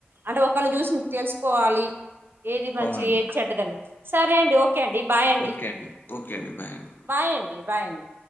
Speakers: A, on the right; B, on the left.
A: అంటే ఒక ఒకళని చూసి తెలుసుకోవాలి ఏది మంచిది
B: అవునండి
A: ఏది చెడ్డదని సరే అండి ఓ ఓకే అండి బాయండి
B: ఓకే అండి ఓకే అండి బాయ్ అండి
A: బాయండి బాయండి